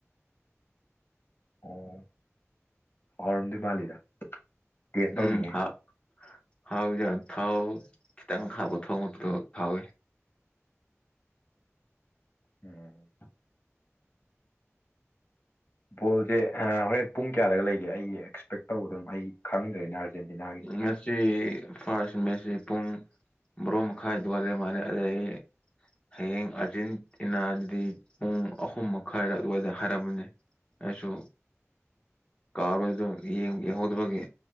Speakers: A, on the left; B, on the left.
A: ꯑꯣ ꯍꯧꯔꯝꯗꯧ ꯃꯥꯜꯂꯤꯗ ꯇꯦꯁ
B: ꯎꯝ
A: ꯇꯧꯅꯤꯡꯉꯦ
B: ꯍꯥ ꯍꯥꯎ ꯊꯥꯎ ꯈꯤꯇꯪ ꯍꯥꯎꯕꯒ ꯊꯣꯡꯕꯗꯣ ꯍꯥꯎꯋꯤ
A: ꯎꯝ ꯕꯣꯜꯁꯦ ꯍꯣꯔꯦꯟ ꯄꯨꯡ ꯀꯌꯥꯗꯒ ꯂꯩꯒꯦ ꯑꯩ ꯑꯦꯛꯁꯄꯦꯛ ꯇꯧꯕꯗ ꯑꯗꯨꯝ ꯑꯩ ꯈꯪꯗ꯭ꯔꯦꯅꯦ ꯑꯥꯔꯖꯦꯟꯇꯤꯅꯥꯒꯤ
B: ꯉꯁꯤ ꯐꯥꯔꯁ ꯃꯦꯁꯤ ꯄꯨꯡ ꯕ꯭ꯔꯣ ꯃꯈꯥꯏ ꯑꯗꯨꯋꯥꯢꯗ ꯃꯥꯂꯦ ꯑꯗꯩ ꯍꯌꯦꯡ ꯑꯥꯔꯖꯦꯟꯇꯤꯅꯥꯗꯤ ꯄꯨꯡ ꯑꯍꯨꯝ ꯃꯈꯥꯏꯔ ꯑꯗꯨꯋꯥꯏꯗ ꯍꯥꯏꯔꯝꯕꯅꯤ ꯑꯩꯁꯨ ꯀꯥꯔꯣꯏꯗꯣ ꯌꯦꯡꯍꯧꯗꯕꯒꯤ